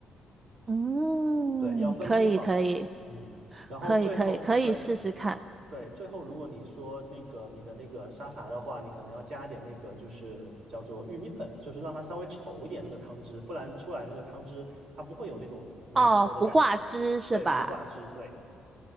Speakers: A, on the right; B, on the right.
A: 嗯，
B: 对，要分批放，
A: 可以，可以，
B: 嗯，然后最后对
A: 可以，可以，可以试试看。
B: 对，最后如果你说那个你的那个沙茶的话，你可能要加点那个就是叫做玉米粉，就是让它稍微稠一点那个汤汁，不然出来那个汤汁它不会有那种粘稠的感觉。
A: 哦，不挂汁是吧？
B: 对，不挂汁，对